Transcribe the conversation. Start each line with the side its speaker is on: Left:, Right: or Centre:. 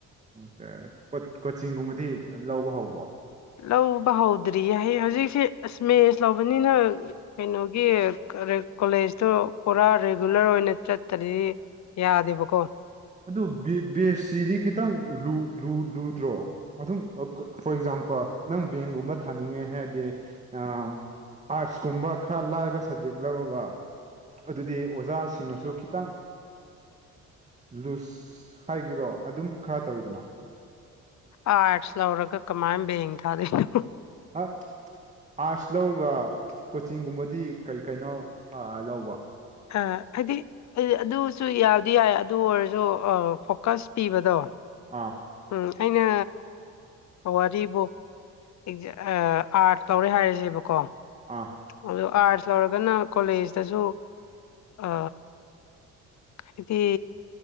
Right: ꯑꯣꯀꯦ ꯀꯣ ꯀꯣꯆꯤꯡꯒꯨꯝꯕꯗꯤ ꯂꯧꯕ ꯍꯧꯕ꯭ꯔꯣ
Left: ꯂꯧꯕ ꯍꯧꯗ꯭ꯔꯤꯌꯦ ꯍꯩ ꯍꯧꯖꯤꯛꯁꯦ ꯑꯁ ꯃꯦꯁ ꯂꯧꯕꯅꯤꯅꯥ ꯀꯩꯅꯣꯒꯤ ꯀꯣꯂꯦꯖꯇꯨ ꯄꯨꯔꯥ ꯔꯤꯒꯨꯂꯔ ꯑꯣꯏꯅ ꯆꯠꯇꯔꯤ ꯌꯥꯗꯦꯕꯥꯀꯣ
Right: ꯑꯗꯨ ꯕꯦꯁꯁꯤꯗꯤ ꯈꯤꯇꯪ ꯂꯨ ꯂꯨ ꯂꯨꯗ꯭ꯔꯣ ꯑꯗꯨꯝ ꯐꯣꯔ ꯑꯦꯛꯖꯥꯝꯄꯜ ꯅꯪ ꯕꯦꯡꯒꯨꯝꯕ ꯊꯥꯅꯤꯡꯉꯦ ꯍꯥꯏꯔꯗꯤ ꯑꯥ ꯑꯥꯔꯠꯁ ꯀꯨꯝꯕ ꯈꯔ ꯂꯥꯏꯕ ꯁ꯭ꯕꯖꯦꯛ ꯂꯧꯔꯒꯥ ꯑꯗꯨꯗꯤ ꯑꯣꯖꯥꯁꯤꯡꯅꯥꯁꯨ ꯈꯤꯇꯪ ꯂꯨꯁ ꯍꯥꯏꯒꯦꯔꯣ ꯑꯗꯨꯝ ꯈꯔ ꯇꯧꯋꯤꯗꯅꯥ
Left: ꯑꯥꯔꯠꯁ ꯂꯧꯔꯒꯥ ꯀꯃꯥꯏꯅ ꯕꯦꯡ ꯊꯥꯗꯣꯏꯅꯣ
Right: <unintelligible> ꯑꯥꯔꯠꯁ ꯂꯧꯔꯒ ꯀꯣꯆꯤꯡꯒꯨꯝꯕꯗꯤ ꯀꯩ ꯀꯩꯅꯣ ꯂꯧꯕꯥ
Left: ꯑ ꯍꯥꯏꯗꯤ ꯑꯗꯨꯁꯨ ꯌꯥꯕꯨꯗꯤ ꯌꯥꯏ ꯑꯗꯨ ꯑꯣꯏꯔꯁꯨ ꯐꯣꯀꯁ ꯄꯤꯕꯗꯣ
Right: ꯑꯥ
Left: ꯎꯝ ꯑꯩꯅ ꯋꯥꯔꯤꯕꯨ <unintelligible> ꯑꯥꯔꯠꯁ ꯂꯧꯔꯦ ꯍꯥꯏꯔꯖꯦꯕꯥꯀꯣ
Right: ꯑꯥ
Left: ꯑꯗꯣ ꯑꯥꯔꯠꯁ ꯂꯧꯔꯒꯅ ꯀꯣꯂꯦꯖꯇꯁꯨ ꯑ ꯍꯥꯏꯗꯤ